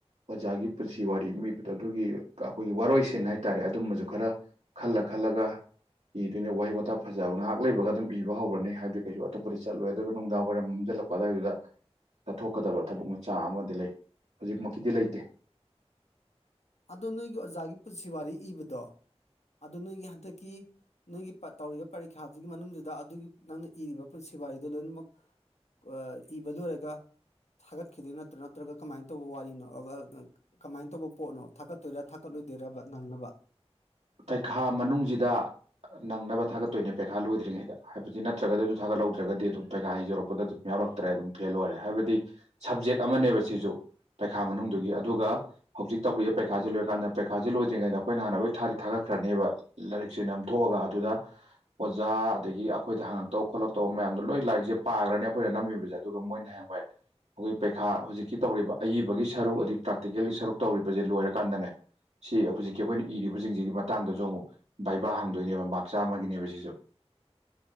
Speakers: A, on the right; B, on the left.
A: ꯑꯣꯖꯥꯒꯤ ꯄꯨꯟꯁꯤ ꯋꯥꯔꯤ ꯃꯤꯕꯗꯣ ꯑꯗꯨꯒꯤ ꯑꯩꯈꯣꯏꯒꯤ ꯋꯥꯔꯣꯏꯁꯤꯟ ꯍꯥꯏꯇꯥꯔꯦ ꯑꯗꯨꯝꯕꯁꯨ ꯈꯔ ꯈꯜꯂ ꯈꯜꯂꯒ ꯏꯗꯣꯏꯅꯦ ꯋꯥꯍꯩ ꯋꯥꯇꯥ ꯐꯖꯕ ꯉꯥꯏꯍꯥꯛ ꯂꯩꯕꯒ ꯑꯗꯨꯝ ꯏꯕ ꯍꯧꯒ꯭ꯔꯅꯤ ꯍꯥꯏꯗꯤ ꯀꯩꯁꯨ ꯑꯇꯣꯞꯄꯗꯤ ꯆꯠꯂꯣꯏ ꯑꯗꯨꯒ ꯅꯨꯡꯗꯥꯡ ꯋꯥꯏꯔꯝ ꯑꯗꯥꯏꯗꯨꯗ ꯆꯠꯊꯣꯛꯀꯗꯕ ꯊꯕꯛ ꯃꯆꯥ ꯑꯃꯗꯤ ꯂꯩ ꯍꯧꯖꯤꯛꯃꯛꯀꯤꯗꯤ ꯂꯩꯇꯦ
B: ꯑꯗꯣ ꯅꯣꯏꯒꯤ ꯑꯣꯖꯥꯒꯤ ꯄꯨꯟꯁꯤ ꯋꯥꯔꯤ ꯏꯕꯗꯣ ꯑꯗꯨ ꯅꯣꯏꯒꯤ ꯍꯟꯗꯛꯀꯤ ꯅꯣꯏꯒꯤ ꯇꯧꯔꯤꯕ ꯄꯔꯤꯈ꯭ꯌꯥꯗꯨꯒꯤ ꯃꯅꯨꯡꯗꯨꯗ ꯑꯗꯨꯒꯤ ꯅꯪꯅ ꯏꯔꯤꯕ ꯄꯨꯟꯁꯤꯋꯥꯔꯤꯗꯨ ꯂꯣꯏꯅꯃꯛ ꯑ ꯏꯕ ꯂ‌ꯣꯔꯒ ꯊꯥꯒꯠꯈꯤꯗꯣꯏ ꯅꯠꯇ꯭ꯔ‌ꯣ ꯅꯠꯇ꯭ꯔꯒ ꯀꯃꯥꯏꯅ ꯇꯧꯕ ꯋꯥꯔꯤꯅꯣ ꯀꯃꯥꯏꯅ ꯇꯧꯕ ꯄꯣꯠꯅꯣ ꯊꯥꯒꯠꯇꯣꯏꯔꯥ ꯊꯥꯒꯠꯂꯣꯏꯗꯣꯏꯔꯕ ꯅꯪꯅꯕ
A: ꯄꯩꯈꯥ ꯃꯅꯨꯡꯁꯤꯗ ꯅꯪꯅꯕ ꯊꯥꯒꯠꯇꯣꯏꯅꯦ ꯄꯩꯈꯥ ꯂꯣꯏꯗ꯭ꯔꯤꯉꯩꯗ ꯍꯥꯏꯕꯗꯤ ꯅꯠꯇ꯭ꯔꯒꯗꯤ ꯑꯗꯨ ꯊꯥꯒꯠꯍꯧꯗ꯭ꯔꯒꯗꯤ ꯑꯗꯨꯝ ꯄꯩꯈꯥ ꯍ ꯌꯧꯔꯛꯄꯗ ꯑꯗꯨꯝ ꯌꯥꯎꯔꯛꯇ꯭ꯔꯦ ꯑꯗꯨꯝ ꯐꯦꯜ ꯑꯣꯏꯔꯦ ꯍꯥꯏꯕꯗꯤ ꯁꯕꯖꯦꯛ ꯑꯃꯅꯦꯕ ꯁꯤꯁꯨ ꯄꯩꯈꯥ ꯃꯅꯨꯡꯗꯨꯒꯤ ꯑꯗꯨꯒ ꯍꯧꯖꯤꯛ ꯇꯧꯔꯤꯕ ꯄꯩꯈꯥꯁꯤ ꯂꯣꯏꯀꯥꯟꯗ ꯄꯩꯈꯥꯁꯦ ꯂꯣꯏꯗ꯭ꯔꯤꯉꯩꯗ ꯑꯩꯈꯣꯏꯅꯥ ꯍꯥꯟꯅ ꯂꯣꯏ ꯊꯥꯔꯤ ꯊꯥꯒꯠꯈ꯭ꯔꯅꯦꯕ ꯂꯥꯏꯔꯤꯛꯁꯦ ꯅꯝꯊꯣꯛꯑꯒ ꯑꯗꯨꯗ ꯑꯣꯖꯥ ꯑꯗꯒꯤ ꯑꯩꯈꯣꯏꯗ ꯍꯪꯉꯛꯇꯧ ꯈꯣꯠꯂꯛꯇꯧꯕ ꯃꯌꯥꯝꯗꯣ ꯂꯣꯏ ꯂꯥꯏꯔꯤꯛꯁꯦ ꯄꯥꯒ꯭ꯔꯅꯦ ꯑꯩꯈꯣꯏꯅ ꯅꯝꯃꯤꯕꯖ‌ꯦ ꯑꯗꯨꯒ ꯃꯣꯏꯅ ꯍꯌꯦꯡꯋꯥꯏ ꯑꯩꯈꯣꯏꯒꯤ ꯄꯩꯈꯥ ꯍꯧꯖꯤꯛꯀꯤ ꯇꯧꯔꯤꯕ ꯑꯏꯕꯒꯤ ꯁꯔꯨꯛ ꯑꯩ ꯄ꯭ꯔꯥꯛꯇꯤꯀꯦꯜꯒꯤ ꯁꯔꯨꯛ ꯇꯧꯔꯤꯕꯁꯦ ꯂꯣꯏꯔꯀꯥꯟꯗꯅꯦ ꯁꯤ ꯍꯧꯖꯤꯛꯀꯤ ꯑꯩꯈꯣꯏꯅ ꯏꯔꯤꯕꯁꯤꯡꯁꯤꯒꯤ ꯃꯇꯥꯡꯗꯁꯨ ꯑꯃꯨꯛ ꯕꯥꯏꯕꯥ ꯍꯪꯗꯣꯏꯅꯦꯕ ꯃꯥꯛ ꯆꯥꯝꯃꯒꯤꯅꯦꯕ ꯁꯤꯁꯨ